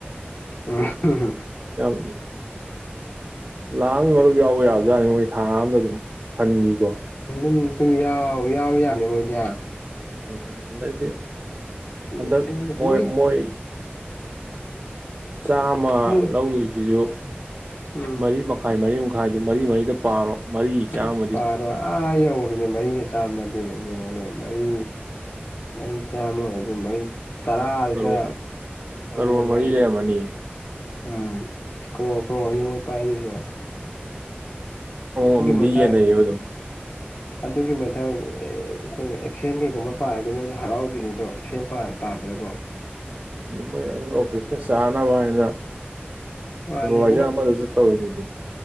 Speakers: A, on the left (about 55°); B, on the right (about 40°).
A: ꯎꯝ ꯎꯝ
B: ꯌꯥꯝ ꯂꯥꯛ ꯑꯃꯒꯤ ꯃꯔꯨꯞ ꯌꯥꯎꯕ ꯌꯥꯕꯖꯥꯠꯅꯤ ꯃꯣꯏ ꯊꯥ ꯑꯝꯗ ꯑꯗꯨꯝ ꯐꯟꯒꯤꯀꯣ
A: ꯎꯝ ꯇꯤꯝ ꯌꯥꯎ ꯌꯥꯎ ꯌꯥꯅꯤ ꯃꯣꯏ ꯗꯤ
B: ꯎꯝ ꯑꯗꯩꯗꯤ
A: ꯀꯦ
B: ꯍꯟꯗꯛ
A: ꯑꯦꯐ ꯁꯤꯒꯁꯦ
B: ꯃꯣꯏ ꯃꯣꯏ ꯆꯥꯝꯃ
A: ꯃꯣꯏ
B: ꯂꯧꯗꯣꯏꯁꯤꯁꯨ
A: ꯎꯝ
B: ꯃꯔꯤ ꯃꯈꯥꯏ ꯃꯔꯤ ꯃꯈꯥꯏ ꯃꯈꯥꯏꯗꯨ ꯃꯔꯤ ꯃꯔꯤꯗ ꯄꯥꯔꯣ ꯃꯔꯤ
A: ꯑꯁ
B: ꯆꯥꯝꯃꯗꯤ
A: ꯄꯥꯔꯣꯏ ꯑꯥ ꯌꯧꯔꯦꯅꯦ ꯃꯔꯤꯒ ꯆꯥꯝꯃꯗꯤ ꯌꯦꯡꯉꯨꯅꯦ ꯃꯔꯤ ꯃꯔꯤ ꯆꯥꯝꯃ ꯑꯣꯏꯔꯗꯤ ꯃꯔꯤ ꯇꯔꯥꯁꯤꯗ
B: ꯀꯔꯣ ꯀꯔꯣꯔ
A: ꯌꯦꯡꯉꯨꯅꯦ
B: ꯃꯔꯤ ꯂꯩꯔꯝꯃꯅꯤ
A: ꯎꯝ ꯀ꯭ꯔꯣ ꯀ꯭ꯔꯣ ꯑ ꯃꯣꯏ ꯄꯥꯏꯅꯤꯁꯤꯅ
B: ꯑꯃꯗꯤ
A: ꯃꯊꯛ
B: ꯌꯦꯟ ꯅꯩꯌꯦꯕ ꯑꯗꯨꯝ
A: ꯑꯗꯨꯒꯤ ꯃꯊꯪ ꯑꯩꯈꯣꯏ ꯑꯦꯞꯁꯦꯟ ꯀꯩꯒꯨꯝꯕ ꯄꯥꯔꯗꯤ ꯃꯣꯏꯁꯨ ꯍꯔꯥꯎꯕꯗꯨꯅꯤꯗꯣ ꯑꯦꯞ ꯁꯦꯟ ꯄꯥꯝꯕꯗꯀꯣ
B: ꯃꯩ ꯑꯗꯨ ꯑꯣꯐꯤꯁꯅ ꯆꯥꯟꯅꯕ ꯍꯥꯏꯅ
A: ꯃꯥꯅꯦ
B: ꯁꯨꯄ꯭ꯔ ꯋꯥꯖꯥ ꯑꯃꯗꯁꯨ ꯇꯧꯔꯤꯅꯤꯗꯤ